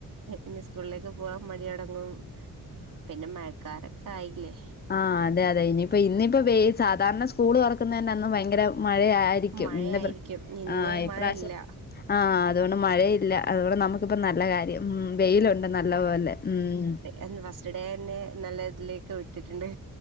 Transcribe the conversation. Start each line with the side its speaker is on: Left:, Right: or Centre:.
Right: ഇനി സ്കൂളിലേക്ക് പോവാൻ മടിയൊടങ്ങും പിന്നെ മഴക്കാലൊക്കായില്ലേ
Left: ആ അതെ അതെ ഇനിയിപ്പോ ഇന്നിപ്പ വെ സാധാര്ണ സ്കൂള് തൊറക്കുന്നതി അന്ന് ഭയങ്കര മഴയായിരിക്കും
Right: മഴയായിരിക്കും
Left: ഇന്ന് പ്ര്
Right: ഇന്ന്
Left: ആ ഇപ്രാശ്യം
Right: മഴയില്ല
Left: ആ അതുകൊണ്ട് മഴയില്ല അതുകൊണ്ട് നമുക്കിപ്പ നല്ല കാര്യം ഉം വെയിലുണ്ട് നല്ല പോലെ ഉം
Right: എ ഫസ്റ്റ് ഡേന്നെ നല്ല തിലേക്ക് വിട്ട്ട്ട്ണ്ട്